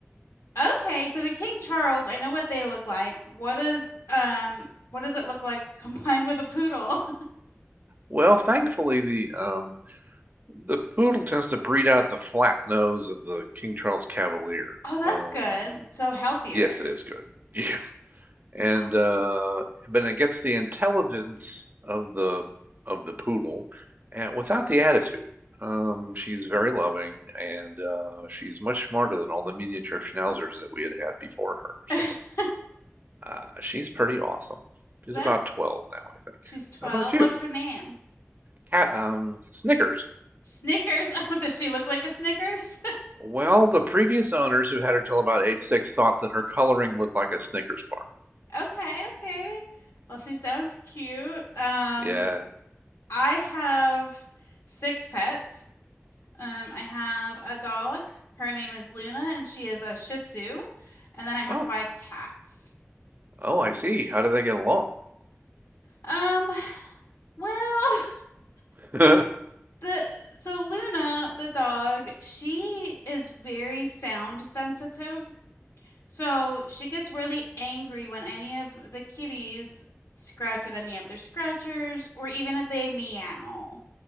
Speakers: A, on the left; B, on the right.
A: Okay, so the King Charles, I know what they look like. What is um what does it look like <laughs> combined with a poodle? <laughs>
B: Well, thankfully, the um, the poodle tends to breed out the flat nose of the King Charles Cavalier.
A: Oh, that's
B: Um,
A: good. So healthier.
B: yes, it is good. <laughs> You and
A: Awesome.
B: uh, but it gets the intelligence of the of the poodle, and without the attitude. Um, she's very loving, and uh, she's much smarter than all the miniature schnauzers that we had had before her. So
A: <laughs>
B: uh, she's pretty awesome. She's
A: That's
B: about 12 now, I think.
A: she's 12.
B: How about you?
A: What's her name?
B: Cat, um, Snickers.
A: Snickers. <laughs> Oh, does she look like a Snickers?
B: Well, the previous owners who had her till about age six thought that her coloring looked like a Snickers bar.
A: <laughs> Okay, okay. Well, she sounds cute. Um,
B: Yeah.
A: I have six pets. Um, I have a dog. Her name is Luna, and she is a Shih Tzu. And then I have
B: Oh,
A: five cats.
B: oh, I see. How do they get along?
A: Um, well,
B: <laughs>
A: <laughs> the so Luna, the dog, she is very sound sensitive. So she gets really angry when any of the kitties scratch at any of their scratchers or even if they meow.